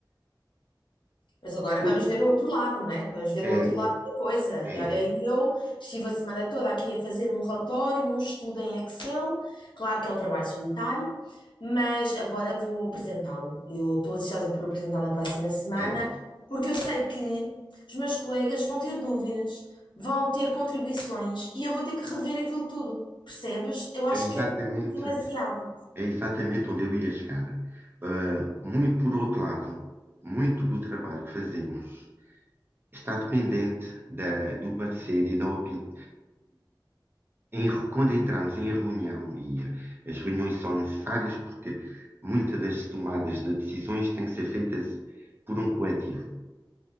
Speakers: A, on the left (about 70°); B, on the right (about 25°).
A: Mas agora
B: O-
A: vamos ver o outro lado, não é? Vamos ver
B: É,
A: o outro lado da coisa.
B: é,
A: Olha, eu estive a semana toda aqui a fazer um relatório, um estudo em Excel. Claro que é um trabalho solitário, mas agora vou apresentá-lo. Eu estou ansiosa por apresentar na próxima semana,
B: é,
A: porque eu sei que os meus colegas vão ter dúvidas, vão ter contribuições e eu vou ter que rever aquilo tudo. Percebes? Eu acho
B: é exatamente,
A: que é tudo demasiado.
B: é exatamente onde eu ia chegar. Eh, muito por outro lado, muito do trabalho que fazemos está dependente da- do parecer e da opinião em re- quando entramos em reunião, e eh, as reuniões são necessárias porque muitas das tomadas de decisões têm que ser feitas por um coletivo.